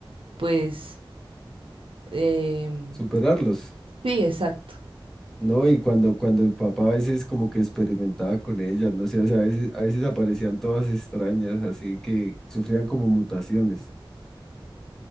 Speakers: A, on the right; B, in the centre.
A: pues, em,
B: superarlos.
A: sí, exacto.
B: No, y cuando, cuando el papá a veces como que experimentaba con ellas, no sé, o sea, a veces, a veces aparecían todas extrañas, así que sufrían como mutaciones.